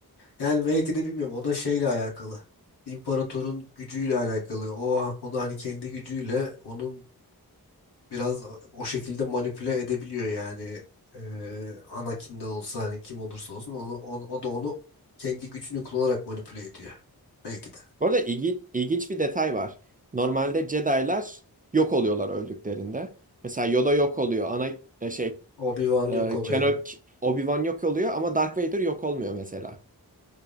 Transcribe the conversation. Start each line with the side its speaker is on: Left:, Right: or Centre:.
Left: yani belki de bilmiyorum o da şeyle alakalı. İmparatorun gücüyle alakalı. O o da hani kendi gücüyle onun biraz o şekilde manipüle edebiliyor yani Ee, Anakin de olsa hani kim olursa olsun onu, o, o da onu kendi gücünü kullanarak manipüle ediyor belki de.
Right: Bu arada ilgi- ilginç bir detay var. Normalde Jedi'lar yok oluyorlar öldüklerinde. Mesela Yoda yok oluyor. Ana e, şey
Left: Obi-Wan
Right: e,
Left: yok oluyor.
Right: Keno- K- Obi-Wan yok oluyor ama Darth Vader yok olmuyor mesela.